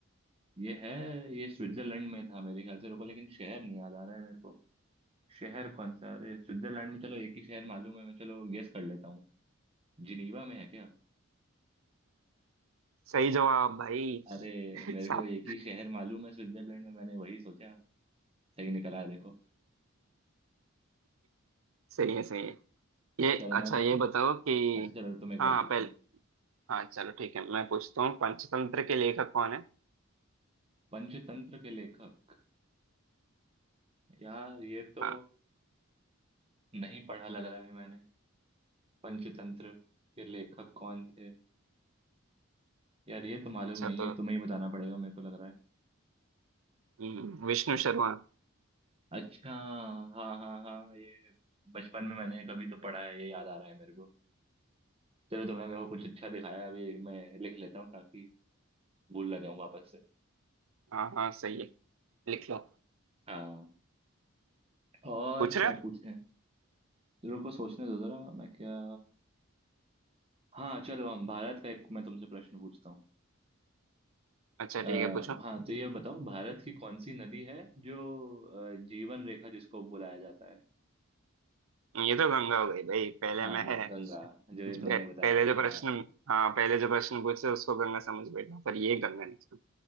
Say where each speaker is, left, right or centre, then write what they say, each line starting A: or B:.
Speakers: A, on the right; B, on the right.
A: ये है ये स्विट्जरलैंड में था मेरे ख्याल से रुको लेकिन शहर नहीं याद आ रहा है मेरे को शहर कौन सा अरे स्विट्जरलैंड में चलो एक ही शहर मालूम है मैं चलो गेस कर लेता हूँ जिनीवा में है क्या
B: सही जवाब भाई
A: अरे
B: <laughs> साहब
A: मेरे को एक ही शहर मालूम है स्विट्जरलैंड में मैंने वही सोचा सही निकला है देखो
B: सही है सही है ये
A: चलो
B: अच्छा
A: मैं
B: ये
A: पूछूं
B: बताओ कि
A: अच्छा चलो तुम एक
B: हाँ
A: और
B: हाँ,
A: पूछ
B: पहले
A: लो
B: हाँ चलो ठीक है मैं पूछता हूँ पंचतंत्र के लेखक कौन है
A: पंचतंत्र के लेखक यार ये तो
B: हाँ
A: नहीं पढ़ा लग रहा है मैंने पंचतंत्र के लेखक कौन थे यार ये तो मालूम
B: अच्छा
A: नहीं
B: तो
A: है तुम्हें ही बताना पड़ेगा मेरे को लग रहा है
B: हम्म, विष्णु शर्मा
A: अच्छा हाँ हाँ हाँ ये बचपन में मैंने कभी तो पढ़ा है ये याद आ रहा है मेरे को चलो तुमने मेरे को कुछ अच्छा दिखाया अभी मैं लिख लेता हूँ ताकि भूल ना जाऊँ वापस से
B: हाँ हाँ सही है लिख लो
A: हाँ और
B: पूछ रहे
A: क्या
B: हो
A: पूछें रुको सोचने दो जरा मैं क्या हाँ चलो हम भारत का एक मैं तुमसे प्रश्न पूछता हूँ
B: अच्छा
A: अ,
B: ठीक है पूछो
A: हाँ तो ये बताओ भारत की कौन सी नदी है जो अ, जीवन रेखा जिसको बुलाया जाता है
B: ये तो गंगा हो गई भाई पहले
A: हाँ
B: मैं <laughs> है
A: गंगा जो ये
B: पहले
A: तुमने बताया
B: जो
A: था
B: प्रश्न
A: हाँ
B: हाँ पहले जो प्रश्न पूछे उसको गंगा समझ बैठा पर ये गंगा निकला